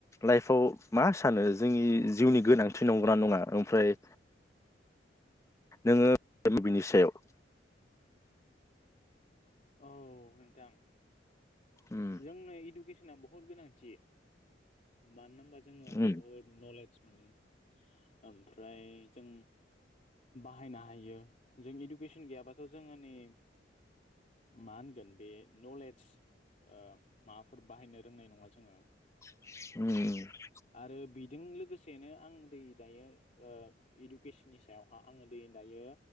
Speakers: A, on the left; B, on the left.
A: लाइफआव मा सानो जोंनि जिउनि गोनांथि नंगौना नङा ओमफ्राय नोङो बेैनि सायाव
B: औ नोंथां
A: उम
B: जोंनो इडुकेसना बहुद गोनांथि मानो होनबा जोङो
A: उम
B: बहुद नलेज मोनो ओमफ्राय जों बाहायनो हायो जों इडुकेसन गैयाबा थ' जोङो नै मा होनगोन बे नलेज माबाफोर बाहायनो रोंनाय नङा जोङो
A: <inaudible>
B: आरो बिजों लोगोसेनो आं दै दायो ओ इडुकेसननि सायावहा आङो दै दायो